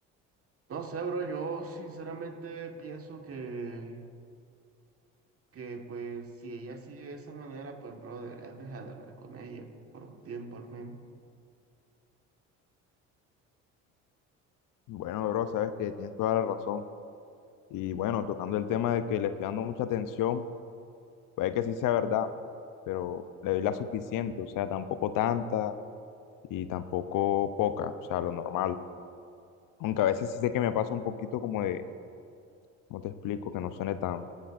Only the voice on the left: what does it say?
Bueno, bro, sabes que tienes toda la razón. Y bueno, tocando el tema de que le estoy dando mucha atención, puede que sí sea verdad, pero le doy la suficiente, o sea, tampoco tanta y tampoco poca, o sea, lo normal. Aunque a veces sí sé que me pasa un poquito como de, ¿cómo te explico? Que no suene tan,